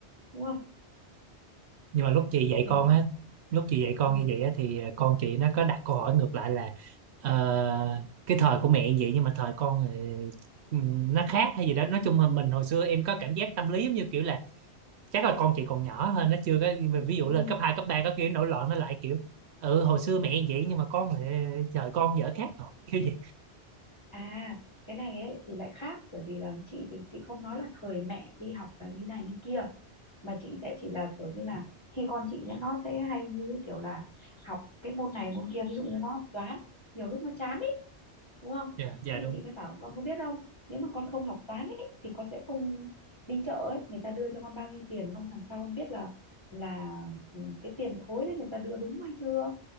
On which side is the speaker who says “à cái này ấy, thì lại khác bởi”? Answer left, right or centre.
Left